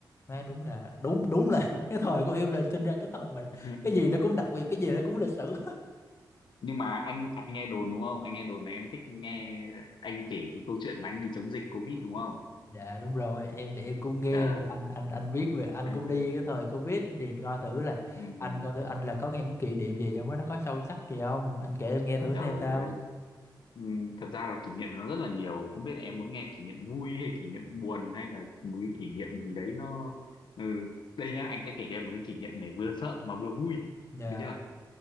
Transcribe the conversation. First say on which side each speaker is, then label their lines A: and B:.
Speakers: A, on the left (about 35°); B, on the left (about 85°).
A: Má đúng là đúng đúng là <laughs> cái thời của em là sinh ra cái thời mà
B: ừ.
A: cái gì nó cũng đặc biệt cái gì nó cũng lịch sử
B: nhưng mà anh anh nghe đồn đúng không anh nghe đồn là em thích nghe anh kể cái câu chuyện mà anh đi chống dịch covid đúng không
A: Dạ đúng rồi, em thì em cũng nghe
B: trời
A: là anh anh anh biết về anh
B: <laughs>
A: cũng đi cái thời Covid thì coi thử là
B: Ừ,
A: anh coi thử anh là có những kỷ niệm gì trong đó nó có sâu sắc gì không? Anh kể em nghe thử
B: trời
A: xem sao.
B: ơi. Ừ, thật ra là kỷ niệm nó rất là nhiều không biết là em muốn nghe kỷ niệm vui hay kỷ niệm buồn hay là một cái kỷ niệm gì đấy nó ừ. đây nhá anh sẽ kể cho em một cái kỷ niệm này vừa sợ mà vừa vui
A: Dạ.
B: được chưa